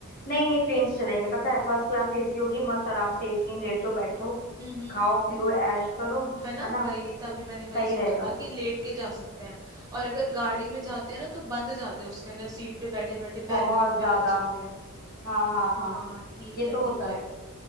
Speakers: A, on the left; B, on the right.
A: नहीं नहीं ट्रेन से चलेंगे पता है फर्स्ट क्लास एसी होगी मस्त आराम से एसी में लेटो बैठो
B: हम्म हम्म
A: खाओ पियो ऐश करो
B: है ना
A: है ना
B: वही तभी मैंने वही
A: सही
B: सोचा
A: रहेगा
B: था कि लेट के जा सकते हैं और अगर गाड़ी में जाते हैं ना तो बंद जाते हैं उसके अंदर सीट पे बैठे बैठे
A: बहुत
B: पैर भी दुखने
A: ज्यादा
B: लग जाते हैं
A: हाँ हाँ हाँ
B: हाँ ठीक
A: ये
B: है
A: तो होता
B: ठीक है
A: है